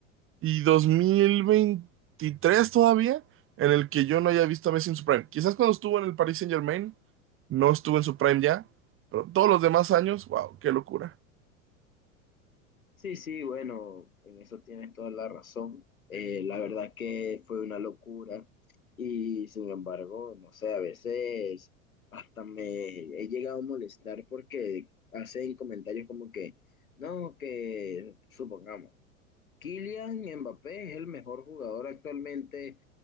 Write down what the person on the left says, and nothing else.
Sí, sí, bueno, en eso tienes toda la razón. Eh, la verdad que fue una locura y sin embargo, no sé, a veces hasta me he llegado a molestar porque hacen comentarios como que, no, que supongamos, Kylian Mbappé es el mejor jugador actualmente